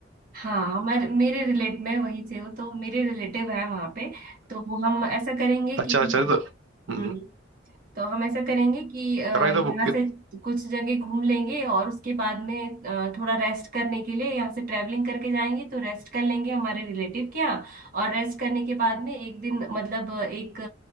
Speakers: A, on the right (about 45°); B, on the right (about 75°).
A: हाँ हमारे मेरे रिलेट में वहीं से हो तो मेरे रिलेटिव है वहाँ पे तो हम ऐसा करेंगे
B: अच्छा
A: कि
B: अच्छा तो हम्म,
A: हम्म
B: हम्म,
A: तो हम ऐसा करेंगे कि अ,
B: कराइए तो
A: यहाँ
B: ये-
A: से कुछ जगह घूम लेंगे और उसके बाद में अ, थोड़ा रेस्ट करने के लिए यहाँ से ट्रैवलिंग करके जाएंगे तो रेस्ट कर लेंगे हमारे रिलेटिव के यहाँ और रेस्ट करने के बाद में एक दिन मतलब अ, एक